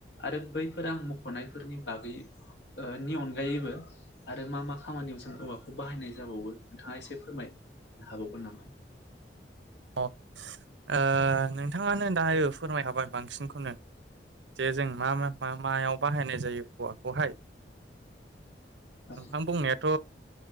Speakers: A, on the left (about 80°); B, on the right (about 85°).
A: आरो बैफो फोर आं मखनायफोरनि बागै ओ नि अनगायैबो आरो मा मा खामानियाव जों औवाखौ बाहायनाय जाबावो नोंथाङा एसे फोरमाय हाबावगोन नामा
B: <inaudible> अ ओ नोंथाङानो दायो फोरमायखाबाय बांसिनखौनो जे जों मा मा मा मायाव बाहायनाय जायो औवाखौहाय
A: औ
B: नोंथां बुंनायाथ